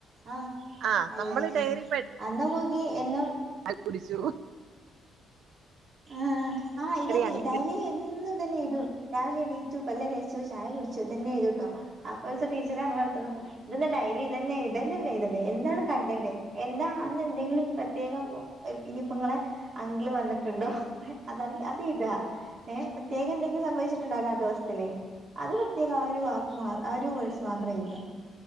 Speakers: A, on the right; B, on the right.
A: ആഹ്
B: ആ
A: അല്ലല്ലേ
B: നമ്മള് ഡയറി
A: അന്നക്കോക്കി എന്ന
B: കുളിച്ചു
A: ആഹ് ആഹ് ഇതന്നെ
B: അങ്ങനെ
A: ഡൈലി എന്നു തന്നെ എഴ്തു രാവിലെ എീറ്റു പല്ലേച്ചു ചായ കുടിച്ചുതന്നെഴുതൂട്ടോ അപ്പോരീസം ടീച്ചറ് ഞങ്ങളെട്ത്ത് പറഞ്ഞു ഇതന്ന ഡൈലി ഇതന്നെ ഇതന്നല്ലേ ഇതല്ലെ എന്താണ് കണ്ടെന്റ് എന്താ അന്ന് എന്തെങ്കിലും പ്രത്യേകം ഇനിയിപ്പോ ഇങ്ങളെ അങ്കിള് വന്നിട്ടുണ്ടോ അതാണെങ്കി അ ങ്ങനെഴ്താ ഏ പ്രത്യേകം എന്തെങ്കിലും സംഭവിച്ചിട്ടുണ്ടാവുല്ലോ ആ ദിവസ്സത്തില് അത് പ്രത്യേകം ആ ഒരു വാ ക്ക് ആ ഒരു വേഡ്സ് മാത്രം എഴ്ത